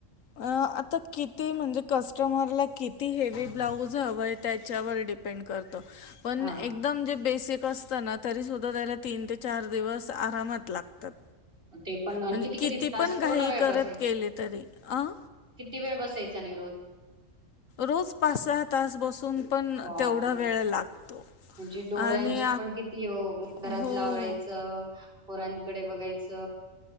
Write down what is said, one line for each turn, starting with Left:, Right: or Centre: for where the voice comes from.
Left: अं, आता किती म्हणजे कस्टमरला किती हेवी ब्लाऊज हवं आहे त्याच्यावर डिपेंड करत पण
Right: हा
Left: एकदम जे बेसिक असतं ना तरीसुद्धा त्याला तीन ते चार दिवस आरामात लागतात
Right: ते पण आणि
Left: म्हणजे
Right: किती किती तास
Left: पण घाई
Right: पूर्ण वेळ
Left: करत
Right: बसायच
Left: केले तरी अं?
Right: किती वेळ बसायचा रोज <inaudible>
Left: रोज पाच सहा तास बसून पण
Right: बापरे
Left: तेवढा वेळ लागतो
Right: म्हणजे डोळ्यांची
Left: आणि
Right: पण किती हो घरात
Left: हो
Right: ल आवरायचं पोरांकडे बघायच